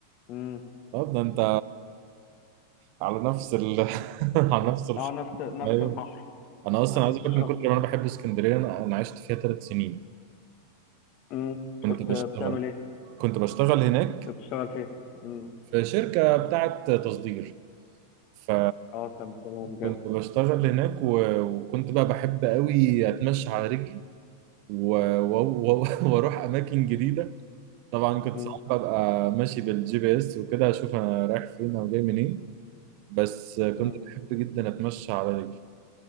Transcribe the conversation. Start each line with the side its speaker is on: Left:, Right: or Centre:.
Left: امم
Right: طب ده انت على نفس ال <laughs> على نفس الخط
Left: اه نفس نفس
Right: ايوه
Left: البحر
Right: انا اصلا
Left: على
Right: عايز
Left: نفس
Right: اقول
Left: الشط
Right: لك من كتر ما انا بحب اسكندريه انا أنا عشت فيها ثلاث سنين
Left: امم
Right: كنت
Left: كنت
Right: بشتغل
Left: بتعمل إيه؟
Right: كنت بشتغل هناك
Left: كنت بتشتغل فين؟ امم
Right: في شركه بتاعه تصدير ف
Left: اه طب تمام
Right: كنت بشتغل هناك و... وكنت بقى بحب قوي اتمشى على رجلي و... و... و... <laughs> واروح اماكن جديده طبعا كنت
Left: جامد
Right: ساعات ببقى ماشي بالجي بي اس وكده اشوف انا رايح فين او جاي منين بس كنت
Left: مم.
Right: بحب جدا اتمشى على رجلي